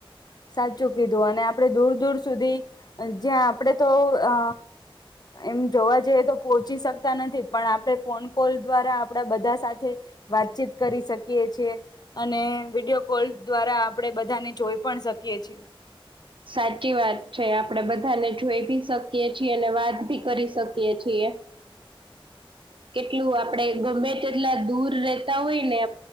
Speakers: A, on the left; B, on the right.
A: સાચું કીધું અને આપડે દૂર દૂર સુધી જ્યાં આપડે તો અ એમ જોવા જઈએ તો પહોચી શક નથી પણ આપણે ફોન કોલ દ્વારા આપડા બધા સાથે વાતચીત કરી શકીએ છીએ અને વિડીયો કોલ દ્વારા આપણેે બધાને જોઈ પણ શકીએ છીએ
B: સાચી વાત છે આપડે બધાને જોઈ ભી શકીયએ છીએ અને વાત ભી કરી શકીએ છીએ
A: <inaudible>
B: કેટલું આપડે ગમે તેટલા દૂર રહેતા હોય ને